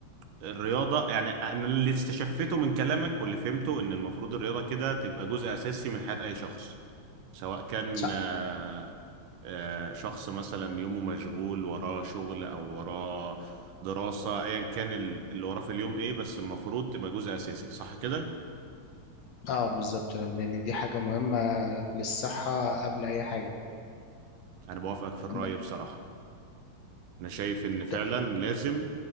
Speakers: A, on the right; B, on the left.
A: الرياضة يعني أنا اللي استشفيته من كلامك واللي فهمته إن المفروض الرياضة كده تبقى جزء أساسي من حياة أي شخص سواء كان
B: صح
A: آه، آه، شخص مثلا يومه مشغول وراه شغل أو وراه دراسة أيا كان ال- اللي وراه في اليوم إيه بس المفروض تبقى جزء أساسي صح كده؟
B: اه بالظبط لان دي حاجه مهمه للصحه قبل اي حاجه
A: أنا بوافقك في الرأي
B: ب-
A: بصراحة أنا شايف إن فعلا
B: ت-
A: لازم